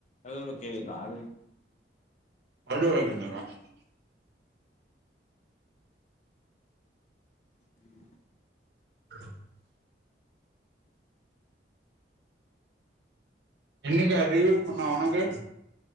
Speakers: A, on the left; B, on the right.
A: அது ஓகே தாரு <unintelligible>
B: வழு எழுதி இருந்தீங்க <unintelligible>
A: <inaudible>
B: <inaudible> என்னக்கு அதே சொண்ணா உனக்கு